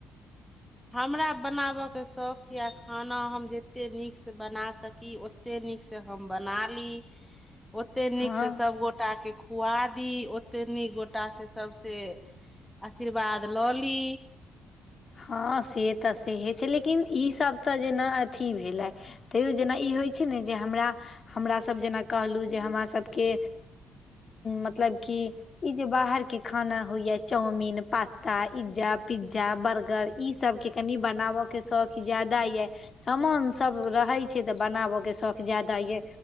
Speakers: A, in the centre; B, on the left (about 40°).
A: हमरा बनाबयके शौक यए खाना हम जतेक नीकसँ बना सकी कते नीक से हम बना ली
B: <inaudible> <inaudible>
A: ओते नीक
B: हँ
A: से सभ गोटा के खुआ दी ओते नीक गोटा से सभसँ आशीर्वाद लली
B: हँ से तऽ सेहे छै लेकिन ईसभसँ जेना अथी भेला तै जेना ई होइ छै ने जे हमरा हमरासभ जेना कहलहुँ जे हमर सभभके मतलब कि ई जे बाहर के खाना होइ या चाउमीन पास्ता इ्जा पिज्जा बर्ग गर ई सबके कनि बनाबऽके शौक जादा अऽ सामान सभ रहै छै तऽ बनाबके शौख जादा ये